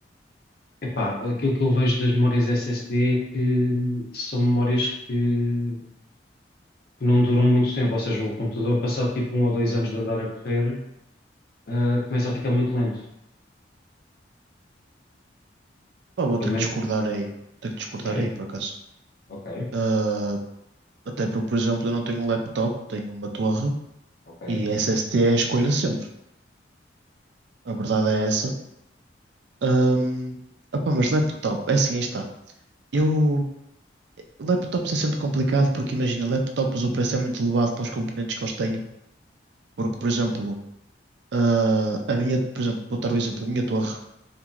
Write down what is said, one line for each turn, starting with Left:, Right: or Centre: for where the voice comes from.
Left: Epá, aquilo que eu vejo das memórias SSD é que são memórias que, que não duram muito tempo, ou seja, o computador, passado tipo um ou dois anos de andar a correr, ah, começa a ficar muito lento.
Right: Pá, vou
Left: Pelo
Right: ter
Left: menos
Right: que discordar aí. Ter que discordar
Left: é?
Right: aí, por acaso.
Left: Ok,
Right: Ah, até porque, por exemplo, eu não tenho um laptop, tenho uma torre
Left: ok.
Right: e SSD é a escolha sempre. A verdade é essa. Ahm, opá, mas laptop, é assim, aí está. Eu. Laptops é sempre complicado porque, imagina, laptops o preço é muito elevado para os componentes que eles têm. Porque, por exemplo, Ah, a minha, por exemplo, vou dar o exemplo da minha torre.